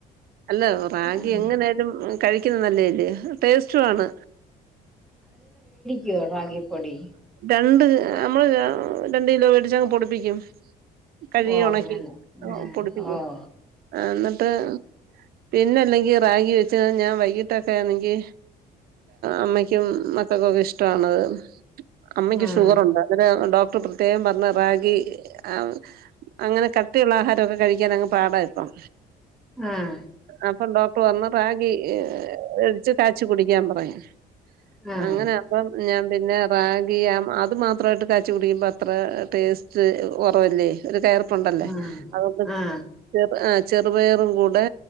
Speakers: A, on the right; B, in the centre.
A: അല്ല റാഗി
B: ആഹ്
A: എങ്ങനായാലും കഴിക്കുന്ന ല്ലേ ല്ല ടേസ്റ്റും ആണ്.
B: യോ റാഗി പൊടി.
A: രണ്ട് നമ്മള് രണ്ട് കിലോ മേടിച്ചങ്ങ് പൊടിപ്പിക്കും. കഴുകി
B: ഓ
A: ഉണക്കി
B: അങ്ങനെ
A: പൊടിപ്പിക്കും
B: ആഹ്
A: ആഹ് എന്നിട്ട് പിന്നെ അല്ലെങ്കിൽ റാഗി വെച്ച് ഞാൻ വൈകിട്ടൊക്കെ ആണെങ്കിൽ അമ്മയ്ക്കും മക്കൾക്കുമൊക്കെ ഇഷ്ട്ടാണത്, അമ്മയ്ക്ക്
B: ഓ ആഹ്
A: ഷുഗറുണ്ട്. അന്നേരം ഡോക്ടർ പ്രത്യേകം പറഞ്ഞത് റാഗി ആ അങ്ങനെ കട്ടിയുള്ള ആഹാരൊക്കെ കഴിക്കാൻ അങ്ങ് പാടാ ഇപ്പം.
B: ആഹ്
A: അപ്പൊ ഡോക്ടർ പറഞ്ഞു റാഗി എടിച്ച് തഴച്ചു കുടിക്കാൻ പറഞ്ഞു.
B: ആഹ്
A: അങ്ങനെ അപ്പം ഞാൻ പിന്നെ ബാഗി അത് മാത്രമായിട്ട് കാച്ച കുടിക്കുമ്പോ അത്ര ടേസ്റ്റ് കുറവല്ലേ ഒരു കയർ ണ്ടല്ലേ
B: ആഹ്
A: അതൊണ്ട്
B: ആഹ്
A: ചെറു ആ ചെറുപയറും കൂടെ